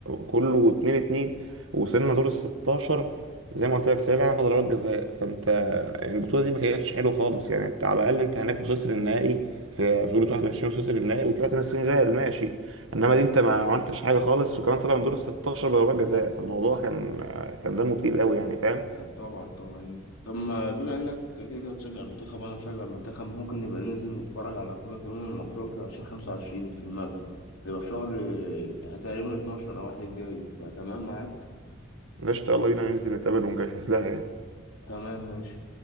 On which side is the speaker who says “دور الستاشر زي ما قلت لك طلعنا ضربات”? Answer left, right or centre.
Right